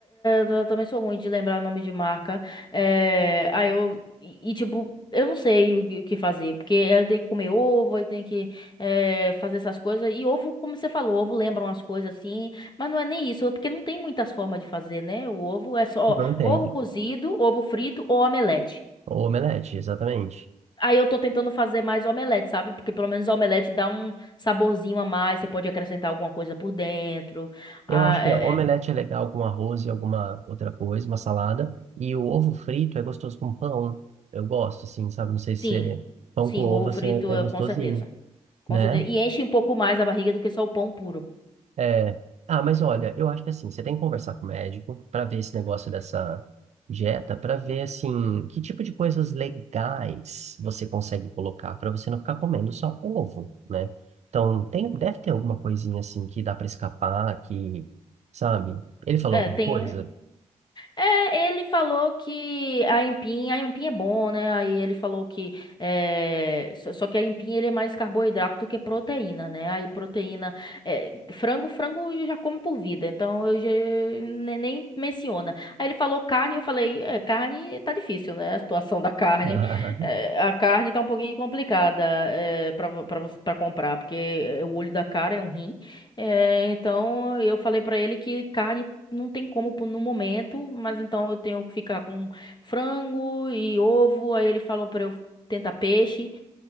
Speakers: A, on the left; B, on the right.
A: é, eu também sou ruim de lembrar nome de marca. É, aí eu. E, e, tipo, eu não sei o, que o que fazer. Porque eu tenho que comer ovo, eu tenho que é, fazer essas coisas. E ovo, como você falou, ovo lembra umas coisas assim. Mas não é nem isso, é porque não tem muitas formas de fazer, né? O ovo é só
B: Não tem.
A: ovo cozido, ovo frito ou omelete.
B: O Omelete, exatamente.
A: Aí eu tô tentando fazer mais omelete, sabe? Porque pelo menos omelete dá um saborzinho a mais. Você pode acrescentar alguma coisa por dentro.
B: Eu
A: Ah,
B: acho que
A: é,
B: omelete é legal com arroz e alguma outra coisa, uma salada. E o ovo frito é gostoso com pão. Eu gosto, assim, sabe? Não sei
A: Sim,
B: se é- pão
A: sim,
B: com ovo,
A: o ovo frito
B: assim, é, é
A: é
B: gostosinho,
A: com certeza. Com
B: né?
A: certeza. E enche um pouco mais a barriga do que só o pão puro.
B: É... Ah, mas olha, eu acho que assim, você tem que conversar com o médico para ver esse negócio dessa dieta, para ver, assim, que tipo de coisas legais você consegue colocar para você não ficar comendo só ovo, né? Então, tem, deve ter alguma coisinha, assim, que dá para escapar, que, sabe? Ele falou
A: É,
B: alguma
A: tem.
B: coisa?
A: É, ele falou que a empinha, a empinha é bom, né? Aí ele falou que é, só, só que a empinha ele é mais carboidrato do que proteína, né? Aí proteína, é, frango, frango eu já como por vida, então eu já ne- nem, menciona. Aí ele falou carne, eu falei, é, carne tá difícil, né? A situação da carne,
B: <laughs> Aham.
A: É, a carne tá um pouquinho complicada é, para para para comprar, porque é, o olho da cara é um rim. É, então eu falei pra ele que carne não tem como pôr no momento, mas então eu tenho que ficar com frango e ovo. Aí ele falou pra eu tentar peixe.